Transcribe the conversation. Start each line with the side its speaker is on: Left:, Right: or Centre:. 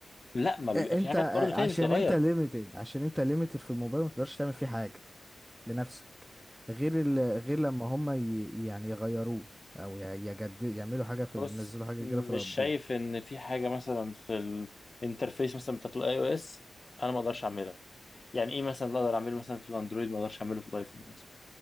Left: لا ما بيبقى
Centre: آه،
Left: في
Centre: انت
Left: حاجات
Centre: آه،
Left: برضه تاني
Centre: عشان
Left: بتتغير
Centre: انت ليميتد عشان انت ليميتد في الموبايل ما تقدرش تعمل فيه حاجة بنفسك غير ال غير لما هما ي يعني يغيروه او يجدد يعملوا حاجة في ال-
Left: بص
Centre: ينزلوا حاجة
Left: مش
Centre: جديدة في الابديت
Left: شايف ان في حاجه مثلا في الانترفيس مثلا بتاعت الاي او اس انا ما اقدرش اعملها يعني ايه مثلا اللي اقدر اعمله مثلا في الاندرويد ما اقدرش اعمله في الايفون مثلا